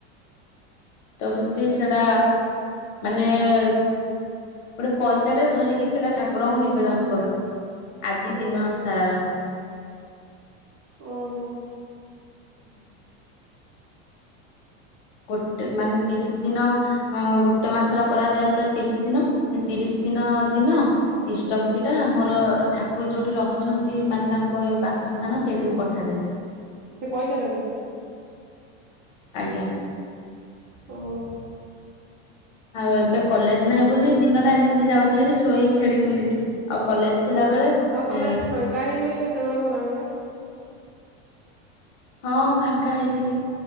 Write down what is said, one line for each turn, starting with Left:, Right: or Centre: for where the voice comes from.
Left: ବୃତ୍ତି ସେଟା ମାନେ ଗୋଟେ ପଇସାଟେ ଧରିକି ସେଇଟା ଠାକୁରଙ୍କୁ ନିବେଦନ କରୁ। ଆଜି
Right: ଓ
Left: ଦିନ ସାରା।
Right: ଓହୋ
Left: <inaudible> ଗୋଟେ ମାନେ ତିରିଶ ଦିନ ଅଂଅଂ ଗୋଟେ ମାସର କରାଯାଏ ପୁରା ତିରିଶ ଦିନ ତିରିଶ ଦିନ ଦିନ ଇଷ୍ଟବୃର୍ତ୍ତିଟା ମୋର ଠାକୁର ଯୋଉଠି ରହୁଛନ୍ତି। ମାନେ ତାଙ୍କ ବାସସ୍ଥାନ ସେଇଠିକୁ ପଠାଯାଏ।
Right: ସେ ପଇସା ଟାକୁ।
Left: ଆଜ୍ଞା।
Right: ଓହୋ।
Left: ଆଉ ଏବେ କଲେଜ ନାହିଁ ବୋଲି ଦିନଟା ଏମିତି ଯାଉଛି। ହାରି ଶୋଇ ଖେଳିବୁଲିକି ଆଉ କଲେଜ ଥିଲାବେଳେ
Right: ଆଉ ତମେ
Left: ଏ
Right: ଆଜି ଫାଙ୍କା ହେଇନ କେତେବେଳେ ଖରାବେଳେ।
Left: ହଁ ଫାଙ୍କା ହେଇଥିଲି।